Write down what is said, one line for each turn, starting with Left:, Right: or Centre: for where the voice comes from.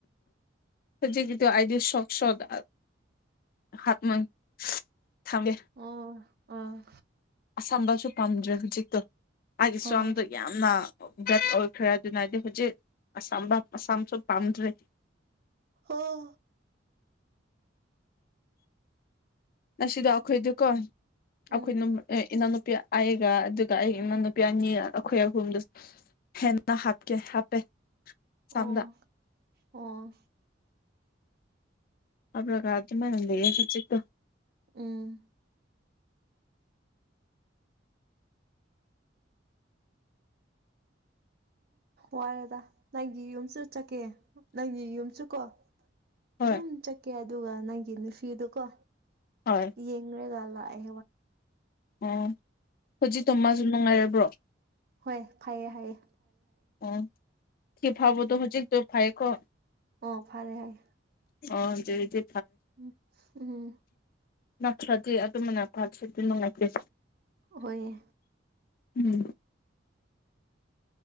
Left: ꯍꯧꯖꯤꯛꯀꯤꯗꯣ ꯑꯥꯏꯗꯤ ꯁꯣꯛꯁꯣꯗ <unintelligible>
Right: ꯑꯣ ꯑꯥ
Left: ꯑꯁꯝꯕꯁꯨ ꯄꯥꯝꯗ꯭ꯔꯦ ꯍꯧꯖꯤꯛꯇꯣ ꯑꯩꯒꯤ ꯁꯝꯗꯣ
Right: ꯑꯥ
Left: ꯌꯥꯝꯅ ꯒꯠ ꯑꯣꯏꯈ꯭ꯔꯦ ꯑꯗꯨꯅ ꯑꯩꯗꯤ ꯍꯧꯖꯤꯛ ꯑꯁꯥꯝꯕ ꯑꯁꯥꯝꯁꯨ ꯄꯥꯝꯗ꯭ꯔꯦ
Right: ꯑꯣ
Left: ꯑꯁꯤꯁꯤꯗ ꯑꯈꯣꯏꯗ ꯀꯣ ꯑꯩꯈꯣꯏ
Right: ꯎꯝ
Left: ꯏꯅꯥꯎꯅꯨꯄꯤ ꯑꯩꯒ ꯑꯗꯨꯒ ꯑꯩ ꯏꯅꯥꯎꯅꯨꯄꯤ ꯑꯅꯤ ꯑꯩꯈꯣꯏ ꯑꯍꯨꯝꯗꯨ ꯍꯦꯟꯅ ꯍꯥꯞꯀꯦ ꯍꯥꯞꯄꯦ ꯁꯝꯗ
Right: ꯑꯣ ꯑꯣ
Left: ꯍꯥꯞꯂꯒ ꯑꯗꯨꯃꯥꯏꯅꯥ ꯂꯩꯌꯦ ꯍꯧꯖꯤꯛꯇꯣ
Right: ꯎꯝ ꯋꯥꯔꯦꯗ ꯅꯪꯒꯤ ꯌꯨꯝꯁꯨ ꯆꯠꯀꯦ ꯅꯪꯒꯤ ꯌꯨꯝꯁꯨ ꯀꯣ
Left: ꯍꯣꯏ
Right: ꯑꯗꯨꯝ ꯆꯠꯀꯦ ꯑꯗꯨꯒ ꯅꯪꯒꯤ ꯅꯨꯄꯤꯗꯨꯀꯣ
Left: ꯍꯣꯏ
Right: ꯌꯦꯡꯔꯒꯥ ꯂꯥꯛ ꯑꯦ
Left: ꯑꯣ ꯍꯧꯖꯤꯠꯇꯣ ꯃꯥꯁꯨ ꯅꯨꯡꯉꯥꯏꯔꯕ꯭ꯔꯣ
Right: ꯍꯣꯏ ꯍꯥꯏꯌꯦ ꯍꯥꯏꯑꯌꯦ
Left: ꯑꯣ ꯁꯤ ꯐꯕꯗꯣ ꯍꯧꯖꯤꯛꯛꯇꯣ ꯐꯩꯌꯦꯀꯣ
Right: ꯑꯣ ꯐꯔꯦ ꯍꯥꯏ
Left: ꯑꯣ ꯑꯗꯨꯗꯤ
Right: ꯎꯝ ꯎꯝ
Left: ꯅꯛꯈ꯭ꯔꯗꯤ ꯑꯗꯨꯝꯕꯅꯛꯄꯥꯁꯤꯗꯤ ꯅꯨꯡꯉꯥꯏꯇꯦ
Right: ꯍꯣꯏꯌꯦ
Left: ꯎꯝ